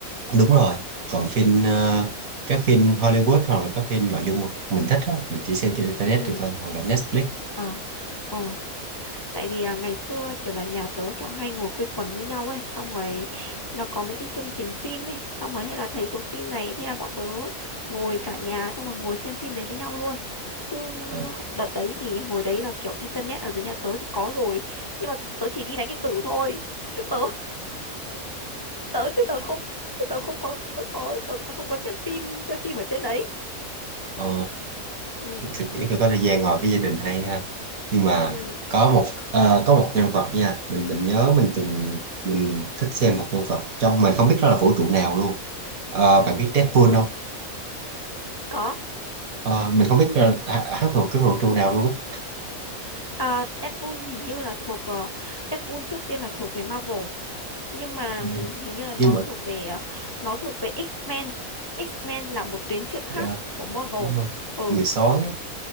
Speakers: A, on the right (about 70°); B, on the left (about 35°).
A: đúng rồi còn phim ờ, các phim Hollywood hoặc là các phim nội dung mình thích á mình chỉ xem trên internet
B: ừ
A: được thôi hoặc là Netflix
B: ờ ờ tại vì là ngày xưa kiểu là nhà tớ kiểu hay ngồi quây quần với nhau ấy xong rồi nó có mấy cái chương trình phim ấy xong rồi hay là thấy có phim này thế là bọn tớ ngồi cả nhà xong rồi ngồi xem phim đấy với nhau luôn chứ
A: Ờ,
B: đợt đấy thì hồi đấy là kiểu internet ở dưới nhà tớ thì có rồi nhưng mà tớ chỉ đi đánh điện tử thôi chứ tớ tớ chứ tớ không chứ tớ không có có tớ, tớ không có xem phim xem phim ở trên đấy
A: ờ,
B: ừ
A: thực ý là có thời gian ngồi với gia đình hay ha nhưng mà
B: ừ
A: có một ờ, có một nhân vật nha mình mình nhớ mình từng mình thích xem một nhân vật trong mình không biết đó là vũ trụ nào luôn Ờ,
B: ừ
A: bạn biết Deadpool không
B: có
A: Ờ, mình không biết là h- hắn thuộc cái vũ trụ nào luôn á
B: à, Deadpool hình như là thuộc uh, Deadpool trước tiên là thuộc về Marvel nhưng mà
A: Ừ.
B: ừm, hình như là nó
A: nhưng mà
B: thuộc về ờ, nó thuộc về X-Men X-Men là một tuyến truyện khác
A: dạ,
B: của Marvel
A: đúng rồi.
B: ừ
A: người sói á